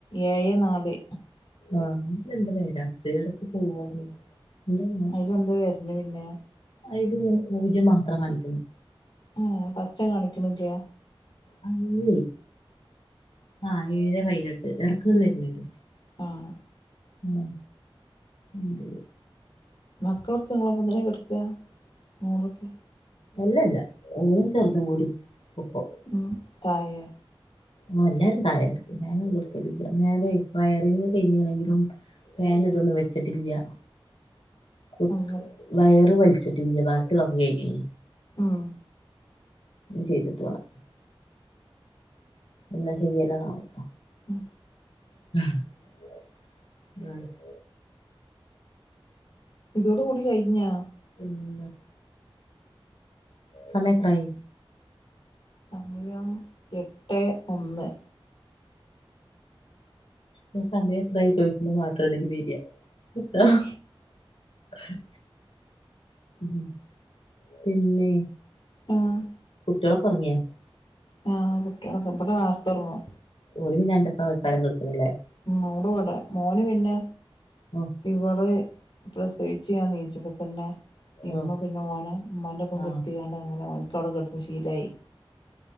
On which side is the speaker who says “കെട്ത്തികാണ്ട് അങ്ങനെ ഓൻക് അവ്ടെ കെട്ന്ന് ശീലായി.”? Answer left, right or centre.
Left